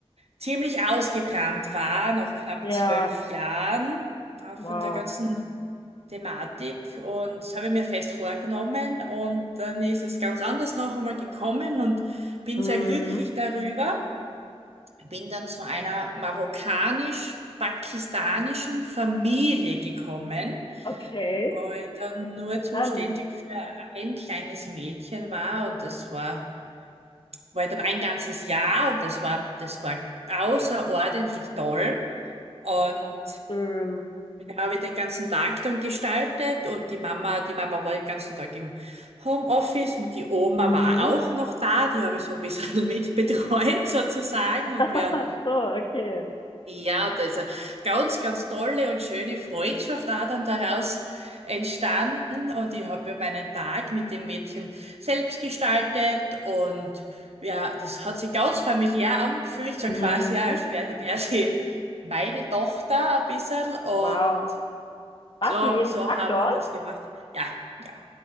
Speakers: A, on the right; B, on the left.
A: ziemlich ausgebrannt war, nach knapp
B: ja,
A: zwölf Jahren. Na,
B: wow.
A: Von der ganzen Thematik und das habe ich mir fest vorgenommen und dann ist es ganz anders noch einmal gekommen und bin
B: Mhm.
A: sehr glücklich darüber. Bin dann zu einer marokkanisch-pakistanischen Familie gekommen,
B: Okay,
A: wo ich dann
B: interessant.
A: nur zuständig für ein kleines Mädchen war und das war, war dann ein ganzes Jahr und das war, das war außerordentlich toll und
B: Schön.
A: Ja, habe ich den ganzen Tag dann gestaltet und die Mama, die Mama war den ganzen Tag im Homeoffice und die Oma
B: Mhm.
A: war auch noch da, die habe ich so ein bisschen <laughs> mitbetreut sozusagen
B: <laughs>
A: und wir,
B: So, okay.
A: ja, und da ist eine ganz, ganz tolle und schöne Freundschaft auch dann daraus entstanden und ich habe mir meinen Tag mit dem Mädchen selbst gestaltet und ja, das hat sich ganz familiär angefühlt, so
B: Mhm.
A: quasi, ja, als wäre wär wär sie meine Tochter ein bisschen und
B: Wow. Warst
A: so,
B: du jeden
A: so
B: Tag
A: haben
B: dort?
A: wir das gemacht. Ja, ja,